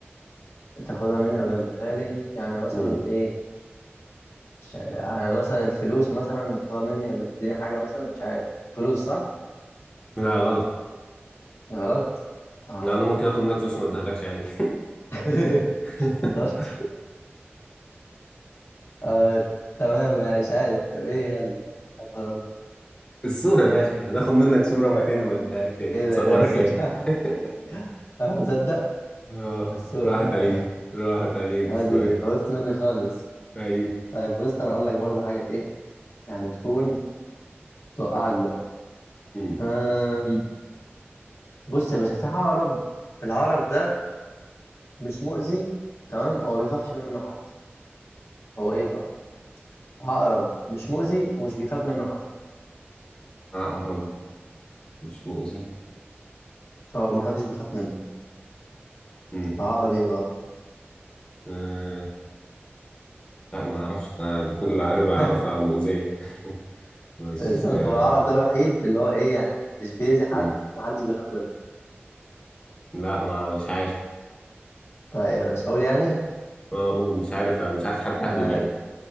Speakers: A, on the left; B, on the left.
A: تاخدها مني قبل ما تديها لي يعني مثلا
B: مم.
A: ايه مش- يعني مثلا الفلوس مثلا تاخدها مني قبل ما تديني حاجة مثلا مش عارف فلوس صح؟
B: لا غلط
A: غلط؟ آه
B: لا أنا ممكن آخد منك فلوس ما أديهالكش عادي
A: <laughs>
B: <laughs>
A: بالظبط آه تمام يعني مش عارف طب ايه هي اللي هتاخدها مني؟
B: الصورة يا باشا هناخد منك صورة بعد كده نبقى نديها لك تاني
A: ايه ده
B: تصورك
A: ايه ده ازاي؟
B: يعني
A: <laughs>
B: <laughs>
A: تصدق
B: اه
A: الصورة
B: راحت
A: فعلا
B: عليك راحت عليك
A: هذه
B: السؤال
A: فوتت مني خالص
B: ايوه
A: طيب بص انا اقول لك برضه حاجة ايه يعني تكون توقعك بقى
B: امم
A: آم، بص يا باشا في عقرب العقرب ده مش مؤذي تمام هو بيخافش منه حد هو ايه بقى؟ عقرب مش مؤذي ومش بيخاف منه حد
B: عقرب مش مؤذي
A: اه محدش بيخاف منه
B: امم
A: عقرب ايه بقى
B: آه. لا ما اعرفش أنا ده كل عقرب اعرفها
A: <laughs>
B: مؤذية <laughs> مش
A: بالظبط
B: آه.
A: هو العقرب ده الوحيد اللي هو ايه يعني مش بيأذي حد
B: مم.
A: محدش بيخاف منه
B: لا ما مش عارف
A: طيب مش هقول يعني
B: ما اقول مش عارف مش عارف حتى اهبد
A: تمام
B: يعني